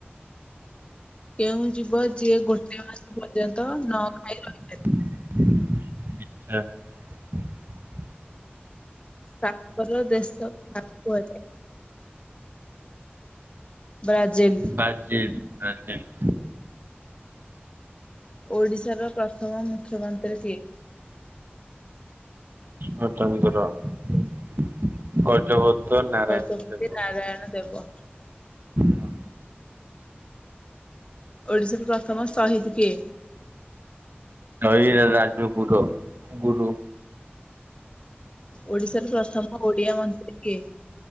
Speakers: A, on the left (about 30°); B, on the right (about 60°).
A: କେଉଁ ଯିବ ଯିଏ ଗୋଟିଏ ମାସ ପର୍ଯ୍ୟନ୍ତ ନ ଖାଇ ରହି
B: ବିଛା।
A: ସାପର ଦେଶ କାହାକୁ କୁହାଯାଏ? ବ୍ରାଜିଲ।
B: Brazil Brazil.
A: ଓଡିଶାର ପ୍ରଥମ ମୁଖ୍ୟମନ୍ତ୍ରୀ କିଏ?
B: ନଟ ମନ୍ଦିର <unintelligible> ନାରାୟଣ
A: ଗଜପତି
B: ଦେବ।
A: ନାରାୟଣ ଦେବ।
B: ହଁ।
A: ଓଡ଼ିଶାର ପ୍ରଥମ ଶହୀଦ୍ କିଏ?
B: ଜୟୀ ରା ରାଜଗୁରୁ ଗୁରୁ
A: ଓଡ଼ିଶାର ପ୍ରଥମ ଓଡ଼ିଆ ମନ୍ତ୍ରୀ କିଏ?